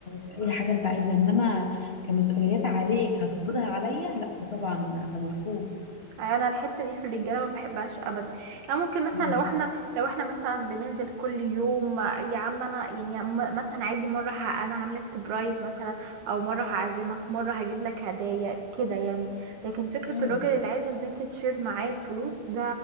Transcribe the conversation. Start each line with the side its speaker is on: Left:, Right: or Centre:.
Left: في اي حاجه انت عايزها انما كمسؤوليات عليك هتفرضها عليا لا ده طبعا ده مرفوض
Right: أيوة، انا الحته دي في الرجاله ما بحبهاش ابدا يعني ممكن مثلا
Left: امم
Right: لو احنا لو احنا مثلا بننزل كل يوم آه، يا عم انا يعني م- مثلا عادي مره ه- انا عامله سبرايز مثلا او مره هعزمك مره هجيب لك هدايا كده يعني لكن فكره
Left: امم
Right: الراجل اللي عايز البنت تشير معاه الفلوس ده